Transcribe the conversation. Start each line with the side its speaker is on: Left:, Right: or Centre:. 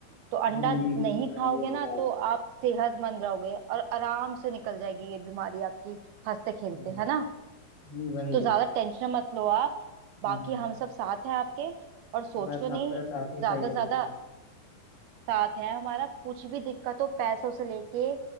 Right: तो अंडा
Left: हम्म, ये भी
Right: नहीं
Left: हाँ
Right: खाओगे
Left: ये बताया
Right: ना तो
Left: गया था
Right: आप सेहतमंद रहोगे और आराम से निकल जाएगी ये बीमारी आपकी हंसते खेलते
Left: हम्म
Right: है ना
Left: हम्म, वही
Right: तो ज्यादा टेंशन मत लो आप बाकी
Left: हम्म
Right: हम सब साथ हैं आपके और सोचो
Left: बस
Right: नहीं
Left: आपका साथ ही चाहिए
Right: ज्यादा ज्यादा
Left: था कि
Right: साथ है हमारा कुछ भी दिक्कत हो पैसों से लेके